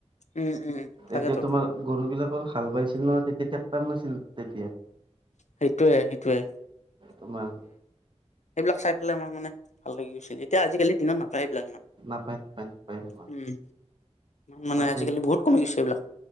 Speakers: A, on the left (about 75°); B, on the right (about 40°).
A: উম। উম তাকেতো
B: এতিয়া তোমাৰ গৰু বিলাকৰ হাল বাইছিল ন' তেতিয়া। তাত নাছিল তেতিয়া।
A: সেইটোৱে সেইটোৱে।
B: তোমাৰ।
A: এইবিলাক চাই পেলাই আমাৰ মানে, ভাল লাগি গৈছিল। এতিয়া আজিকালি দিনত নাপায় এইবিলাক ইমান।
B: নাপায় নাপায় নাপায় তোমাক
A: উম, মানে
B: মাতে
A: আজিকালি বহুত কমি গৈছে এইবিলাক।